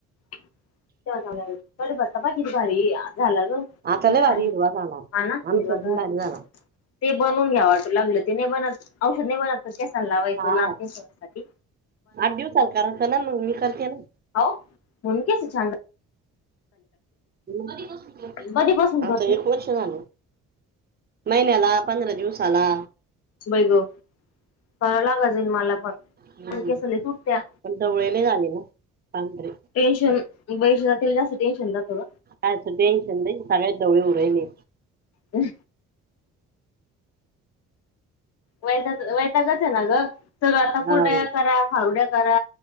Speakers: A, on the left; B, on the right.
A: तेव्हा घालायला कडीपत्ता बाकी बारीक झाला गं
B: आता
A: हॅलो
B: लय भारी हिरवा झाला
A: हा ना
B: आमचा
A: हे बघा
B: बी भारी झाला
A: ती बनून घ्याव वाट लागलं ते नाही बनत औषध नाही बनत केसांना लावायचं
B: हा
A: लांब केसांसाठी
B: आठ दिवसाणं कराच ना मग मी करते ना
A: हाव म्हणून केस छान राहते
B: कधी पासून लावती
A: कधीपासून करती
B: आता एक वर्ष झाल महिन्याला पंधरा दिवसाला
A: बाई ग करावं लागल मला पण
B: हम्म
A: माझे केस लय तुटत्या
B: पण डोळे लई आले ओ पांत्रे
A: टेन्शन बाईच्या जातील जास्त टेन्शन राहत का
B: कायच टेन्शन नाही सगळ्यांचं जवळ येऊ राहिले
A: ह वैताकच आहे ना ग सगळं आता कुरड्या
B: हाव
A: करा खारुड्या करा